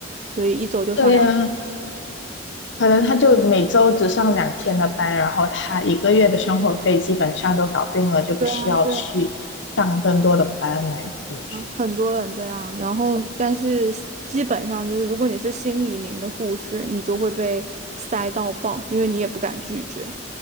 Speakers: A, on the right (about 40°); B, on the left (about 75°).
A: 所以一周就上两。
B: 对呀，可能他就每周只上两天的班，然后他一个月的生活费基本上都搞定了，就不需要去上更多的班来补助。
A: 对啊，对啊，很多人这样。然后，但是基本上就是，如果你是新移民的护士，你就会被塞到爆，因为你也不敢拒绝。